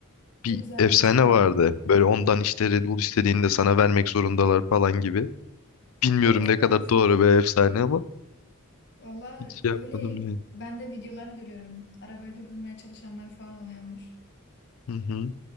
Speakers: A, on the left (about 55°); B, on the left (about 70°).
A: Çok
B: bir
A: güzel
B: efsane
A: gözüküyor.
B: vardı. Böyle ondan işte Red Bull istediğinde sana vermek zorundalar falan gibi. Bilmiyorum
A: Evet evet.
B: ne kadar doğru bir efsane ama
A: Valla
B: hiç şey
A: öyle
B: yapmadım yani.
A: ben de videolarını görüyorum. Arabayı durdurmaya çalışanlar falan oluyormuş.
B: Hı hı.